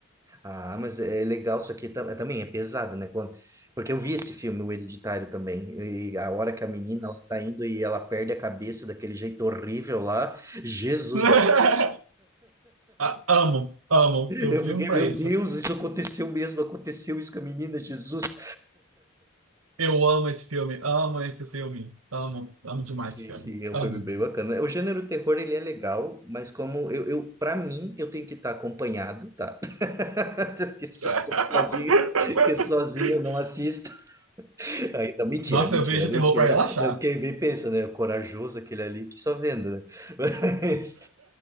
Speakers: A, on the right (about 15°); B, on the right (about 90°).
A: Ah, mas é é legal, isso aqui tam- também é pesado, né? Quando- porque eu vi esse filme, O Hereditário, também. E a hora que a menina ela tá indo e ela perde a cabeça daquele jeito horrível lá, Jesus,
B: <laughs>
A: da-
B: Ah, amo, amo. Eu
A: eu
B: vivo
A: fiquei,
B: pra
A: meu
B: isso.
A: Deus, isso aconteceu mesmo, aconteceu isso com a menina, Jesus.
B: Eu amo esse filme, amo esse filme, amo, amo demais
A: Sim,
B: esse filme,
A: sim, é um
B: amo.
A: filme bem bacana. O gênero terror, ele é legal, mas como eu, eu para mim, eu tenho que estar acompanhado, tá? <laughs> Porque se
B: <laughs>
A: eu sou sozinho, que sozinho eu não assisto. Aí, não, mentira,
B: Nossa,
A: mentira,
B: eu vejo
A: mentira.
B: terror pra relaxar.
A: Não. Não, Quem vê pensa, né? Corajoso aquele ali que só vendo, né? <laughs> Mas,